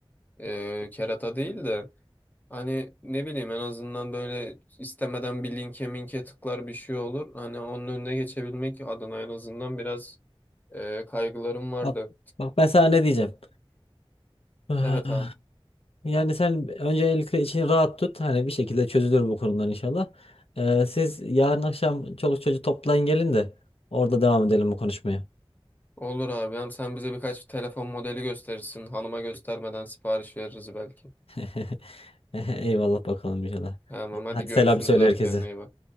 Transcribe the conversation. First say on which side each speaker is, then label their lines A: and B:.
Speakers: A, on the left (about 15°); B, on the left (about 80°).
A: Ee, kerata değil de. Hani ne bileyim en azından böyle istemeden bir linke minke tıklar bir şey olur. Hani onun önüne geçebilmek adına en azından biraz e, kaygılarım vardı.
B: Bak, bak ben sana ne diyeceğim. Ah,
A: Evet abi.
B: Yani sen öncelikle içini rahat tut. Hani bir şekilde çözülür bu konular inşallah. Ee, siz yarın akşam çoluk çocuğu toplayın gelin de orada devam edelim bu konuşmaya.
A: Olur abi. Hem sen bize birkaç telefon modeli gösterirsin. Hanıma göstermeden sipariş veririz belki.
B: <laughs> <laughs> Eyvallah bakalım inşallah.
A: Tamam hadi
B: Hadi
A: görüşürüz
B: selam söyle
A: abi
B: herkese.
A: kendine iyi bak.